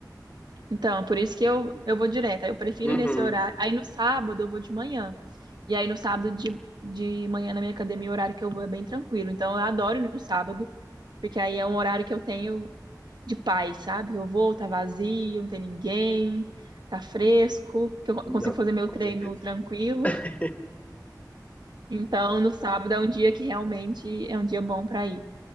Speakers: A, on the right (about 75°); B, on the left (about 20°).
A: Então, por isso que eu, eu vou direto. Aí eu prefiro
B: Uhum.
A: nesse horário. Aí no sábado eu vou de manhã. E aí no sábado de, de manhã na minha academia, o horário que eu vou é bem tranquilo. Então eu adoro ir no sábado, porque aí é um horário que eu tenho de paz, sabe? Eu vou, tá vazio, não tem ninguém, tá fresco, que eu
B: Não,
A: consigo fazer meu
B: com
A: treino
B: certeza.
A: tranquilo.
B: <laughs>
A: Então no sábado é um dia que realmente é um dia bom pra ir.